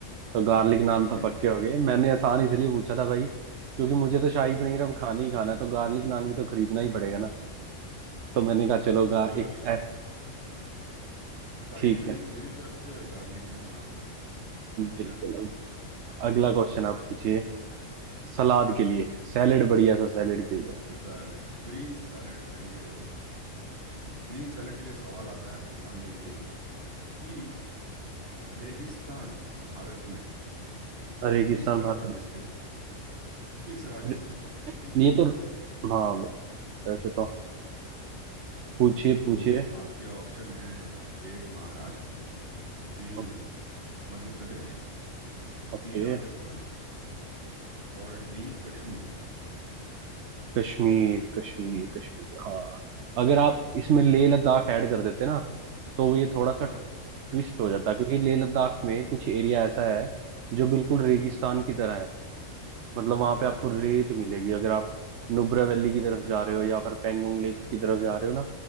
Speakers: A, on the right; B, on the right.
A: तो गार्लिक
B: <laughs>
A: नान तो पक्के हो गए मैंने आसान इसलिए पूछा था भाई क्योंकि मुझे तो शाही पनीर अब खाना ही खाना है तो गार्लिक नान भी तो खरीदना ही पड़ेगा ना तो मैंने कहा चलो गा
B: चलो
A: एक
B: श-
A: ऐस
B: शाही
A: ठीक
B: पनीर
A: है
B: मेरी तरफ से और गार्लिक नान आपकी तरफ से
A: बिल्कुल
B: डन है
A: अब अगला क्वेश्चन आप पूछिए सलाद
B: हाँ
A: के लिए है सैलेड बढ़िया सा सैलेड चाहिए
B: सैलड ग्रीन सैलड खाएंगे हम ग्रीन सैलेड के लिए सवाल आता है आपके सामने ये कि रेगिस्तान भारत में
A: रेगिस्तान
B: किस राज्य
A: भारत
B: में
A: में
B: स्थित है किस राज्य
A: अरे,
B: में स्थित है ठीक है
A: ये तो हाँ वैसे तो पूछिए
B: तो
A: पूछिए
B: आपके ऑप्शन है एक महाराष्ट्र बी
A: ओ-
B: मध्य प्रदेश
A: ओके
B: सी राजस्थान और डी कश्मीर
A: कश्मीर कश्मीर कश्मीर हाँ अगर आप इसमें लेह लद्दाख ऐड कर देते ना तो ये थोड़ा सा
B: हाँ
A: ट्विस्ट हो जाता है क्योंकि लेह लद्दाख में कुछ एरिया ऐसा है जो बिल्कुल रेगिस्तान की तरह है मतलब वहां
B: हाँ
A: पे आपको रेत मिलेगी अगर आप नुब्रा वैली की तरफ जा रहे हो या फिर पेंगोंग लेक की तरफ जा रहे हो ना